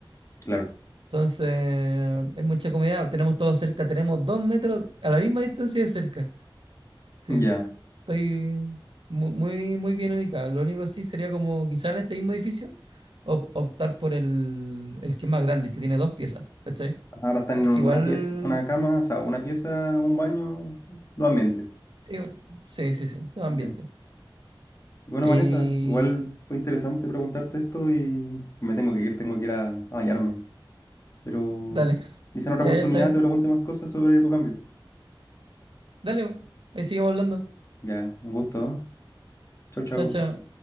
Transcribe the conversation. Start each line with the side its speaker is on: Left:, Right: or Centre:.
Left: Claro.
Right: Entonces, es mucha comida, tenemos todo cerca, tenemos dos metros a la misma distancia de cerca. Sí,
Left: Ya.
Right: estoy mu- muy, muy, bien ubicado. Lo único sí sería como quizá en este mismo edificio op- optar por el, el que es más grande, el que tiene dos piezas, ¿cachai?
Left: Ahora están
Right: Porque
Left: en un-
Right: igual,
Left: una pieza, una cama, o sea, una pieza, un baño, dos ambientes.
Right: sí, sí, sí, sí, todo ambiente.
Left: Ya. Y Bueno,
Right: Y
Left: Vanessa, igual fue interesante preguntarte esto y me tengo que ir, tengo que ir a, a bañarme. Pero
Right: dale,
Left: quizá en otra
Right: ya,
Left: oportunidad
Right: ya está bien.
Left: te pregunte más cosas sobre tu cambio.
Right: Dale, ahí seguimos hablando.
Left: Ya, un gusto. ¿eh? Chau, chau.
Right: Chao, chao.